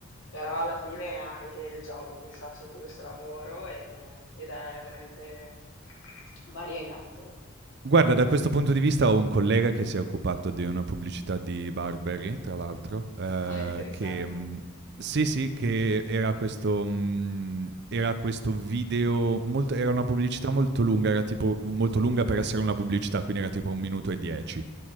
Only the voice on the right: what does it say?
Guarda, da questo punto di vista ho un collega che si è occupato di una pubblicità di Burberry, tra l'altro, ehm,
che mhmm, sì, sì, che era questo mhmm, era questo video molto era una pubblicità molto lunga, era tipo molto lunga per essere una pubblicità, quindi era tipo 1 minuto e 10.